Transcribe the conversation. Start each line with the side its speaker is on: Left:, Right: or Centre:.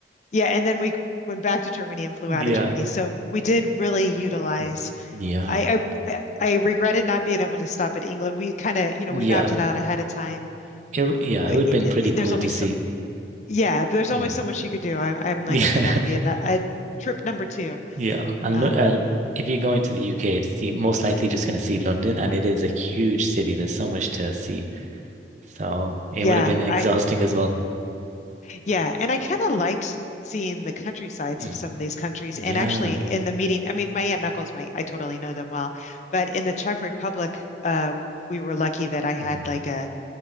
Left: yeah, and then we went back to Germany and flew
Right: Yeah.
Left: out of Germany. So we did really utilize.
Right: Mm. Yeah.
Left: I I, I I regretted not being able to stop at England. We kind of, you know,
Right: Yeah.
Left: we mapped it out ahead of time.
Right: It w- yeah,
Left: Uh,
Right: it would have
Left: i-
Right: been pretty
Left: i-
Right: cool
Left: There's only
Right: to see.
Left: so yeah, there's only
Right: Mm.
Left: so much you could do. I'm I'm like,
Right: <laughs>
Left: okay, that'll be a, nu-
Right: Yeah.
Left: a trip number two.
Right: Yeah. And
Left: Um,
Right: lo uh, if you're going to the UK, it's you most likely just going to see London, and it is a huge city. There's so much to see. So it
Left: yeah,
Right: would have been exhausting
Left: I
Right: as well.
Left: yeah, and I kind of liked. Seeing the countrysides
Right: Mm.
Left: of some of these countries,
Right: Yeah.
Left: and actually in the meeting, I mean, my aunt and uncles, my I totally know them well, but in the Czech Republic, uh, we were lucky that I had
Right: Mm.
Left: like a